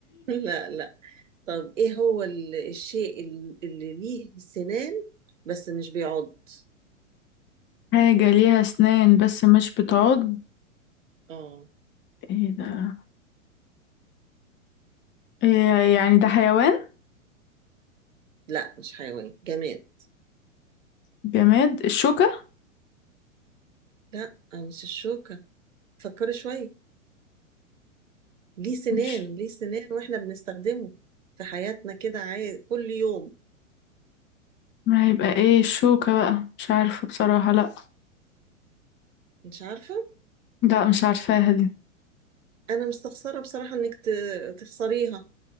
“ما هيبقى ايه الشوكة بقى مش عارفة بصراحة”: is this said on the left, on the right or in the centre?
Left